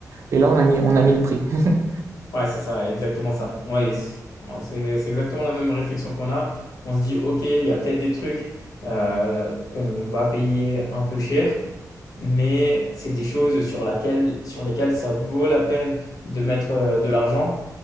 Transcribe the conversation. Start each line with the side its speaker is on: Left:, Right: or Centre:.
Right: Et là, on a mis, on a mis le prix. <laughs>
Left: Ouais, c'est ça, exactement ça. Ouais et c ouais, c'est c'est exactement la même réflexion qu'on a. On se dit: «OK, il y a peut-être des trucs, heu, qu'on va payer un peu cher, mais c'est des choses sur laquelle sur lesquelles ça vaut la peine de mettre, heu, de l'argent».